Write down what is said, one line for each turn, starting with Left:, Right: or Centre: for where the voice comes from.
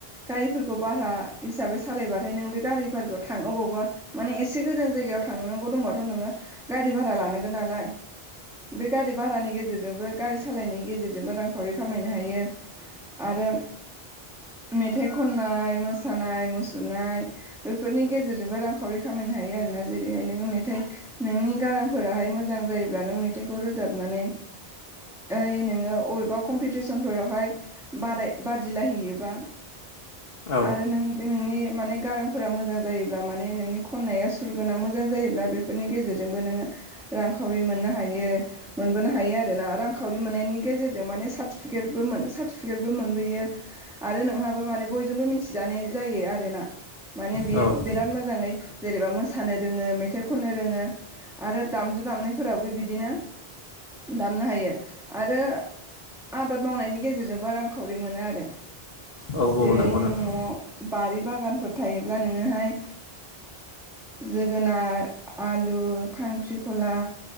Centre: गारिफोरखौ भारा हिसाबै सालायबाथाय नों बे गारिफोरखौ थाङो अबावबा माने एसे गोजान जायगायाव थांनांगौ दंबाथ नोङो गारि भारा लानांगोन नालाय। बे गारि भारानि गेजेरजोंबो गारि सालायनायनि गेजेरजोंबो रांखावरि खामायनो हायो आरो। मेथाइ खननाय मोसानाय मुसुरनाय। बेफोरनि गेजेरजोंबो रांखावरि खामायनो हायो आरोना जेरैहाय नोङो मेथाइ। नोंनि गारांफोराहाय मोजां जायोब्ला नों मेथाइखौ रोजाबनानै। ओइ नोङो अबेबा कम्पिटिसनफोरावहाय बादाय बादिलायहैयोबा
Left: औ
Centre: आरो नों। बे नोंनि माने गारांफोरा मोजां जायोब्ला माने नोंनि खन्नाया सुरगोनां मोजां जायोब्ला बेफोरनि गेजे गेजेरजोंबो नोङो रांखावरि मोननो हायो। मोनबोनो हायो आरोना रांखावरि मोननायनि गेजेरजों माने साथिफिकेट बो मोन साथिफिकेटबो मोनो। बैयो आरो नोंहाबो माने बयजोंबो मिथि जानाय जायो आरोना। माने बियो
Left: औ औ
Centre: बिराद मोजाङै। जेनेबा मोसानो रोङो मेथाइ खननो रोङो आरो दामजु दामनायफोरावबो बिदिनो। दामनो हायो आरो आबाद मावनायनि गेजेरजोंबों रां खावरि मोनो आरो
Left: औ
Centre: जेरैहाय
Left: नंगौ
Centre: नों
Left: नोंथां
Centre: नआव बारि बागानफोर थायोब्ला नोङोहाय। जोगोनार आलु खांख्रिखला।